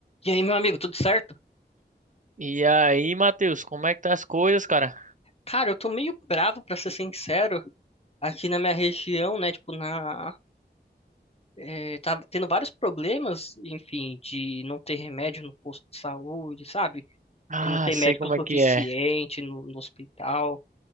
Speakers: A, on the left; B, on the right.
A: E aí, meu amigo, tudo certo?
B: E aí, Matheus, como é que tá as coisas, cara?
A: Cara, eu tô meio bravo, pra ser sincero, aqui na minha região, né? Tipo, na. eh, tá tendo vários problemas, enfim, de não ter remédio no posto de saúde, sabe?
B: Ah,
A: E não ter
B: sei
A: médico
B: como
A: suficiente
B: é que é.
A: no, no hospital.